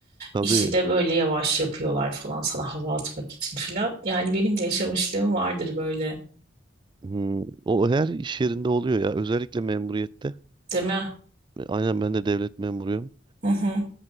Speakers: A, on the right; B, on the right.
A: Tabii
B: İşi de böyle yavaş yapıyorlar falan sana hava atmak için falan. Yani benim de yaşamışlığım vardır böyle
A: hmm, o her iş yerinde oluyor ya özellikle memuriyette.
B: değil mi?
A: E, Aynen ben de devlet memuruyum.
B: Hı hı.